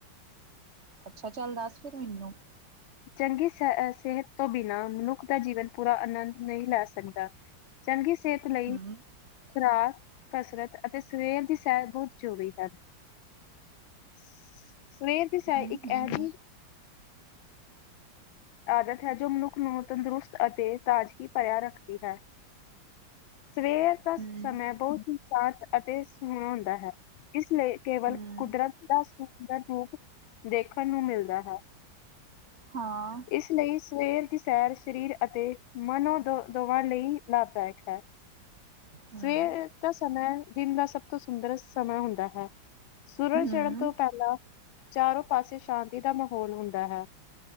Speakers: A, on the right; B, on the left.
A: ਅੱਛਾ, ਚੱਲ ਦੱਸ ਫਿਰ ਮੈਨੂੰ।
B: ਚੰਗੀ ਸ ਸਿਹਤ ਤੋਂ ਬਿਨਾਂ, ਮਨੁੱਖ ਦਾ ਜੀਵਨ ਪੂਰਾ ਆਨੰਦ ਨਹੀਂ ਲੈ ਸਕਦਾ। ਚੰਗੀ ਸਿਹਤ ਲਈ
A: ਹੂੰ
B: ਖੁਰਾਕ, ਕਸਰਤ ਅਤੇ ਸਵੇਰ ਦੀ ਸੈਰ ਬਹੁਤ ਜ਼ਰੂਰੀ ਹੈ। ਸਵੇਰ ਦੀ ਸੈਰ,
A: ਹੂੰ
B: ਇੱਕ
A: ਹੂੰ
B: ਇਹ
A: ਹੂੰ
B: ਜਿਹੀ ਆਦਤ ਹੈ, ਜੋ ਮਨੁੱਖ ਨੂੰ ਤੰਦਰੁਸਤ ਅਤੇ ਤਾਜ਼ਗੀ ਭਰਿਆ ਰੱਖਦੀ ਹੈ। ਸਵੇਰ ਦਾ ਸਮਾਂ,
A: ਹੂੰ
B: ਬਹੁਤ ਹੀ ਸ਼ਾਂਤ ਅਤੇ ਸੋਹਣਾ ਹੁੰਦਾ ਹੈ। ਇਸ ਲਈ, ਕੇਵਲ
A: ਹੂੰ
B: ਕੁਦਰਤ ਦਾ ਸੁੰਦਰ ਰੂਪ ਦੇਖਣ ਨੂੰ ਮਿਲਦਾ ਹੈ।
A: ਹਾਂ।
B: ਇਸ ਲਈ ਸਵੇਰ ਦੀ ਸੈਰ, ਸਰੀਰ ਅਤੇ ਮਨੋ ਦੋ ਦੋਵਾਂ ਲਈ ਲਾਭਦਾਇਕ ਹੈ।
A: ਹੂੰ
B: ਸਵੇਰ ਦਾ ਸਮਾਂ, ਦਿਨ ਦਾ ਸਭ ਤੋਂ ਸੁੰਦਰ ਸਮਾਂ ਹੁੰਦਾ ਹੈ। ਸੁਰਜ
A: ਹੂੰ ਹੂੰ
B: ਚੜ੍ਹਨ ਤੋਂ ਪਹਿਲਾਂ ਚਾਰੋਂ ਪਾਸੇ ਸ਼ਾਂਤੀ ਦਾ ਮਾਹੌਲ ਹੁੰਦਾ ਹੈ।